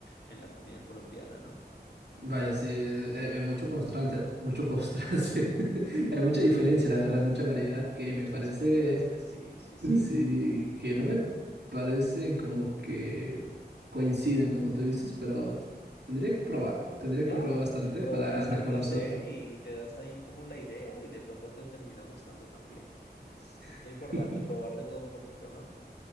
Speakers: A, on the left; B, on the right.
A: en la comida colombiana, ¿no?
B: Vaya, sí, eh, hay, hay mucho constante, mucho constante, <laughs> hay mucha diferencia, la verdad, mucha variedad que
A: Muchos
B: me parece,
A: contrastes, sí, sí, sí.
B: sí, que no me parecen como que coincidan, como tú dices, pero tendría que probar, tendría
A: Claro,
B: que probar bastante
A: en probar
B: para
A: está
B: reconocer.
A: el placer y te das ahí como la idea y de pronto te termina gustando también. Es, es
B: <laughs>
A: lo importante, probar de todo un poquito, ¿no?